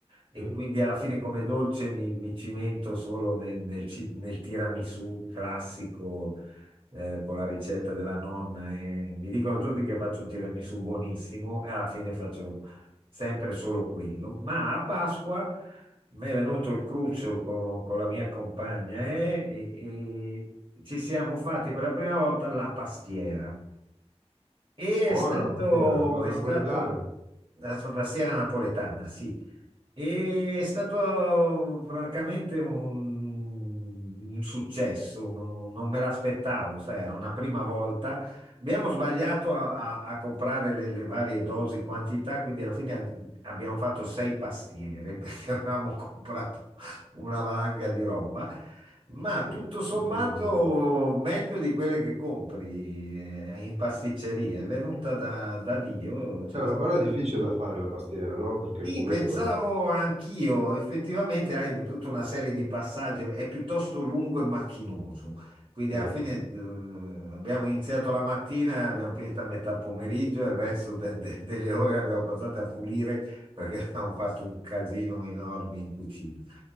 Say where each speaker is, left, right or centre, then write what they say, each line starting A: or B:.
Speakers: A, on the right; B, on the right.
A: e
B: sì.
A: quindi alla fine come dolce mi, mi cimento solo nel, nel ci- nel tiramisù classico eh, con la ricetta della nonna e mi dicono tutti che faccio un tiramisù buonissimo e alla fine faccio sempre solo quello. Ma a Pasqua mi è venuto il cruccio con, con la mia compagna eh, e, e ci siamo fatti per la prima volta la pastiera. E
B: Buona
A: è stato,
B: la pastiera, quella
A: è
B: napoletana.
A: stato la sua pastiera napoletana, sì. E è stato francamente un, un successo, no- non me l'aspettavo, sai, era una prima volta. Abbiamo sbagliato a, a- a comprare le, le varie dosi, quantità, quindi alla fine abbiamo fatto sei pastiere <laughs> perché avevamo comprato una valanga di roba. Ma
B: Sì,
A: tutto sommato
B: Incredibile.
A: meglio di quelle che compri eh, in pasticceria, è venuta da, da Dio, ce
B: Eh,
A: la
B: però è difficile da fare la pastiera, no? Perché
A: sì,
B: comunque,
A: pensavo anch'io, effettivamente hai tutta una serie di passaggi, è piuttosto lungo e macchinoso, quindi
B: sì,
A: alla fine eh, abbiamo iniziato la mattina, abbiamo finito a metà pomeriggio e il resto de- de- delle ore abbiamo passato a pulire perché <laughs> abbiamo fatto un casino enorme in cucina.